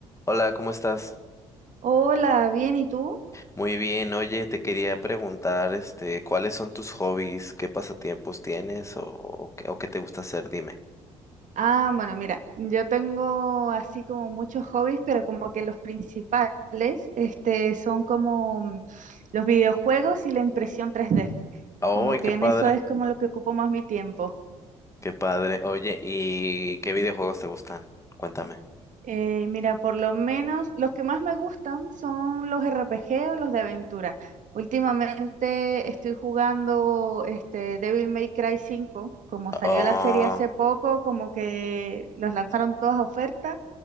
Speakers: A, on the left (about 20°); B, on the right (about 50°).
A: Hola, ¿cómo estás?
B: Hola, bien, ¿y tú?
A: Muy bien, oye, te quería preguntar, este, ¿cuáles son tus hobbies? ¿Qué pasatiempos tienes o, o qué, o qué te gusta hacer? Dime.
B: Ah, bueno, mira, yo tengo así como muchos hobbies, pero como que los principales, este, son como mm, los videojuegos y la impresión tres d
A: ¡Ay,
B: Como que
A: qué padre!
B: en eso es como lo que ocupo más mi tiempo.
A: ¡Qué padre! Oye, ¿y qué videojuegos te gustan? Cuéntame.
B: Eh, mira, por lo menos los que más me gustan son los R P G o los de aventura. Últimamente estoy jugando este Devil May Cry cinco, como salió
A: Oh,
B: la serie hace poco, como que los lanzaron todas a oferta.